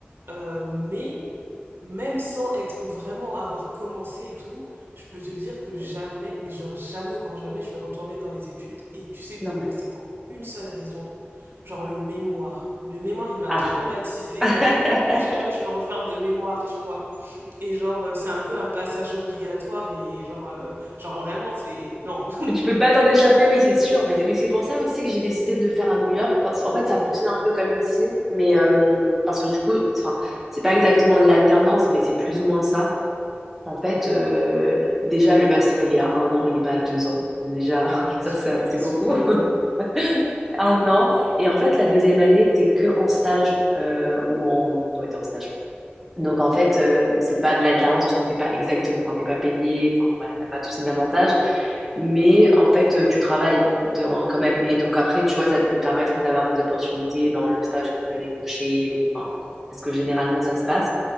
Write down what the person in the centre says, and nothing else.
Non mais
ah.
<laughs>
Mais Tu peux pas t'en échapper, oui, c'est sûr. Mais, mais c'est pour ça aussi que j'ai décidé de le faire à New York. Parce- En fait, ça fonctionne un peu comme ici, mais euh, parce que du coup, enfin, c'est pas exactement de l'alternance, mais c'est plus ou moins ça. En fait, euh, déjà, le master, il est à un an, il n'est pas à deux ans. Donc déjà, <laughs>
ça,
ça c'est beaucoup.
<laughs>
Un an. Et en fait, la deuxième année, t'es que en stage euh, ou en... Ouais, t'es en stage. Donc en fait, euh, c'est pas de l'alternance parce qu'on t'es pas exactement... Enfin, t'es pas payé. Enfin, voilà, t'as pas tous ces avantages. Mais en fait, euh, tu travailles dans- quand même. Et donc après, tu vois, ça peut te permettre d'avoir des opportunités dans le stage où tu as des couchers ou... Enfin, parce que généralement, ça se passe.